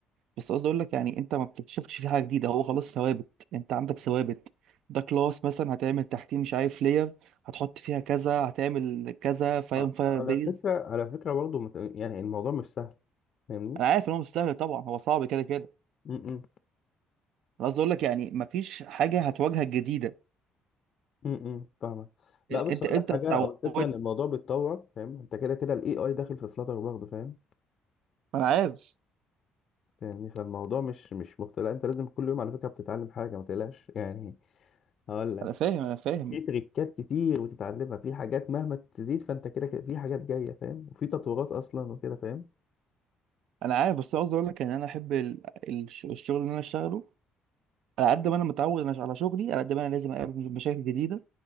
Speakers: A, on the right; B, on the left.
A: بس قصدي اقول لك يعني انت ما بتكتشفتش فيه حاجه جديده هو خلاص ثوابت انت عندك ثوابت ده كلاس مثلا هتعمل تحتيه مش عارف لير هتحط فيها كذا هتعمل كذا فاهم
B: آه،
A: فاير
B: على
A: بيز
B: فكرة على فكرة برضه مت- يعني الموضوع مش سهل فاهمني
A: انا عارف ان هو مش سهل طبعا هو صعب كده كده
B: م- م.
A: انا قصدي اقول لك يعني ما فيش حاجه هتواجهك جديده
B: م- م. فاهمك لا بص
A: انت
B: اقول
A: انت
B: لك حاجة
A: اتعودت
B: او الفكرة ان الموضوع بيتطور فاهم انت كده كده الاي اي داخل في فلاتر برضه فاهم
A: انا عارف
B: فاهمني فالموضوع مش مش مختلف لا انت لازم كل يوم على فكرة بتتعلم حاجة ما تقلقش يعني هقول لك
A: انا فاهم انا فاهم
B: في تريكات كتير بتتعلمها في حاجات مهما تزيد فانت كده كده في حاجات جاية فاهم وفي تطورات اصلا وكده فاهم
A: انا عارف بس أنا قصدي اقول لك ان انا احب ال- الش- الشغل اللي انا اشتغله على قد ما انا متعود انا على شغلي على قد ما انا لازم اقابل مشاكل جديده